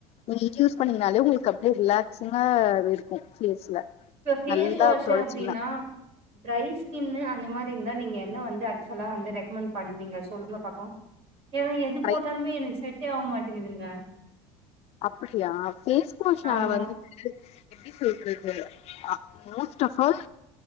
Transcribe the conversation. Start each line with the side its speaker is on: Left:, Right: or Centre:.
Left: நீங்க இது யூஸ் பண்ணீங்கனாலே உங்களுக்கு அப்டே ரிலாக்ஸ்சிங்கா இருக்கு ஃபேஸ்ல
Right: இப்ப ஃபேஸ்
Left: நல்லா
Right: வாஷ்ஷு
Left: தொடச்சீங்கன்னா
Right: அப்டினா ட்ரை ஸ்கின்னு அந்த மாரி இருந்தா நீங்க என்ன வந்து ஆக்சுவலா வந்து ரெக்கமெண்ட் பண்ணுவீங்க சொல்லுங்க பக்கல்லா ஏனா எது
Left: ட்ரை
Right: போட்டாலுமே எனக்கு செட்டே ஆவ மாட்டேங்கதுங்க
Left: அப்படியா ஃபேஸ் வாஷ்ஷால
Right: ஆமா
Left: வந்து அ எப்டி சொல்றது அ மோஸ்ட் ஆஃப் ஆல்